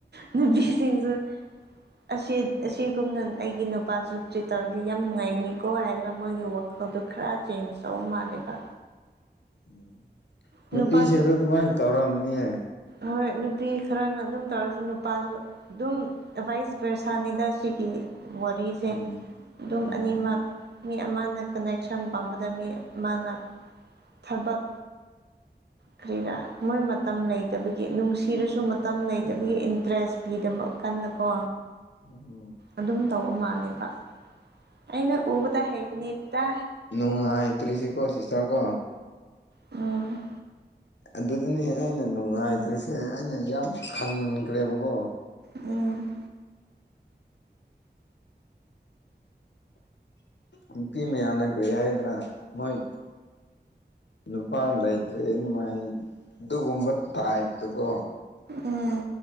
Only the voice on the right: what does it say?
ꯅꯨꯄꯤꯁꯤꯡꯁꯨ꯫ ꯑꯁꯤ ꯑꯁꯤꯒꯨꯝꯅ ꯑꯩꯒꯤ ꯅꯨ ꯅꯨꯄꯥꯁꯨ ꯇꯔꯤꯠ ꯇꯧꯔꯗꯤ ꯌꯥꯝ ꯅꯨꯡꯉꯥꯏꯅꯤꯀꯣ ꯍꯥꯏꯔꯒ ꯃꯣꯏꯒꯤ ꯋꯥꯈꯜꯗꯣ ꯈꯔ ꯆꯦꯟꯖ ꯇꯧꯕ ꯃꯥꯜꯂꯦꯕ꯫
ꯅꯨꯄꯥꯁꯨ
ꯍꯣꯏ ꯅꯨꯄꯤ ꯈꯔꯅ ꯑꯗꯨꯝ ꯇꯧꯔꯁꯨ ꯅꯨꯄꯥꯁꯨ꯫ ꯑꯗꯨꯝ ꯕꯥꯏꯁꯕꯥꯔꯁꯅꯤꯗ ꯁꯤꯒꯤ꯫ ꯋꯥꯔꯤꯁꯦ
ꯑꯗꯨꯝ
ꯑꯅꯤꯃꯛ꯫ ꯃꯤ ꯑꯃꯅ ꯀꯅꯦꯛꯁꯟ ꯄꯥꯝꯕꯗ ꯃꯤ ꯑꯃꯅ ꯊꯕꯛ꯫ ꯀꯔꯤꯔꯥ ꯃꯣꯏ ꯃꯇꯝ ꯂꯩꯇꯕꯒꯤ ꯅꯨꯡꯁꯤꯔꯁꯨ ꯃꯇꯝ ꯂꯩꯇꯕꯒꯤ
ꯏꯟꯇꯔꯦꯁ꯫ ꯄꯤꯗꯃꯛ ꯀꯥꯟꯗꯀꯣ꯫
ꯑꯗꯨꯝ ꯇꯧꯕ ꯃꯥꯜꯂꯦꯕ ꯑꯩꯅ ꯎꯕꯗ ꯍꯩꯕꯅꯦꯇ꯫
ꯎꯝ꯫
ꯎꯝ꯫
ꯎꯝ